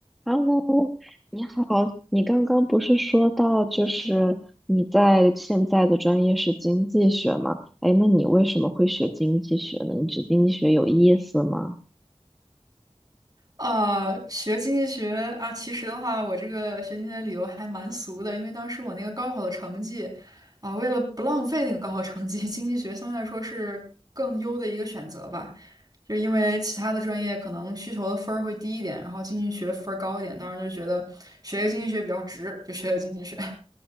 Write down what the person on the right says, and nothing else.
呃，学经济学啊，其实的话，我这个学经济学的理由还蛮俗的，因为当时我那个高考的成绩，啊、为了不浪费那个高考成绩，<laughs> 经济学相对来说是更优的一个选择吧，就是因为其他的专业可能需求的分儿会低一点，然后经济学分儿高一点，当时就觉得学一个经济学比较值，就学了经济学。